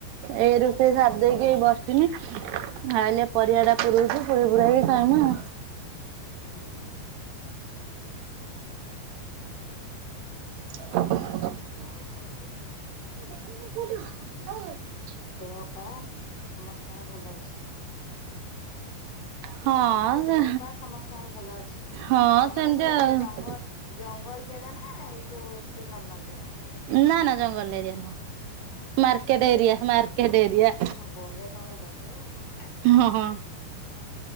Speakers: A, on the right (about 75°); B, on the left (about 45°).
A: ଏଇ ରୁଷେଇ ସାର୍ ଦେଇକି ଏଇ ବସିଥିନି। ଆଇଲେ ପରିବାଟା ପୁରୋଉଚୁ, ପୁରେଇ ପୁରା କି ଖାଇ ମୁ ଆଉ।
B: ହଁ।
A: <inaudible>
B: ଆଉ କଣ କହୁଛ?
A: <inaudible>
B: ଦେହ ପା ସମସ୍ତଙ୍କର ଭଲ ଅଛି।
A: ହଁ
B: କଲି ଦେହ ପା ସମସ୍ତଙ୍କର ଭଲ ଅଛି,
A: ହଁ
B: ତମର
A: ସେମିତି
B: ସେଆଡେ
A: ଆଉ
B: ଜଙ୍ଗଲ୍ ଜଙ୍ଗଲ୍ ଜାଗା ନା ଏଇ ଯୋଉ ଏମିତି ନର୍ମାଲ ଜାଗା?
A: ନା ନା ଜଙ୍ଗଲ ଏରିଆ ନୁହଁ, ମାର୍କେଟ ଏରିଆ, ମାର୍କେଟ ଏରିଆ।
B: ଆ ବଢିଆ ତମର ବଜାର ଆଉ କଣ।
A: ହଁ
B: ହୁଁ
A: ହଁ।